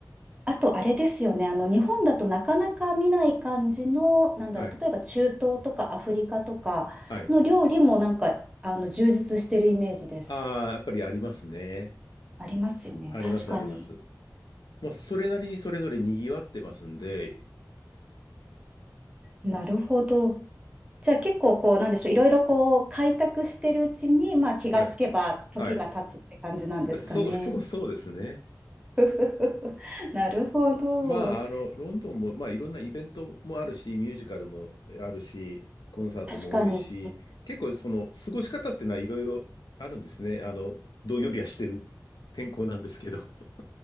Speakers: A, on the right; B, on the left.
A: あとあれですよね。あの日本だとなかなか見ない感じの、なんだろう、
B: はい。
A: 例えば中東とかアフリカとかの料理もなんかあの充実してるイメージです。
B: はい。ああ、やっぱりありますね。
A: ありますよね。
B: あります、
A: 確かに。
B: あります。まあ、それなりにそれぞれ賑わってますんで、
A: なるほど。じゃあ結構こう、なんでしょう、いろいろこう、開拓してるうちに、まあ気がつけば時が経つって感じなんですかね。
B: はい。はい。そそう、<laughs> そう、そうですね。
A: <laughs> ふふふなるほど。
B: まあ、あの、ロンドンも、まあ、いろんなイベントもあるし、ミュージカルもあるし、コンサートも多いし、
A: 確かに。
B: 結構その過ごし方っていうのはいろいろあるんですね。あの、どんよりはしてる天候なんですけど。<laughs>